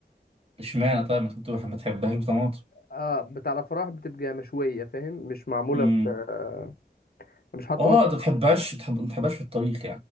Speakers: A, on the right; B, on the left.
A: اشمعنى طيب ما تحب- ما تحبهاش بطماطم
B: اه بتاع الأفراح بتبقى مشوية فاهم مش معمولة
A: امم
B: في آه، مش حاطة
A: اه
B: مثلا
A: انت ما بتحبهاش بتحب... ما بتحبهاش في الطبيخ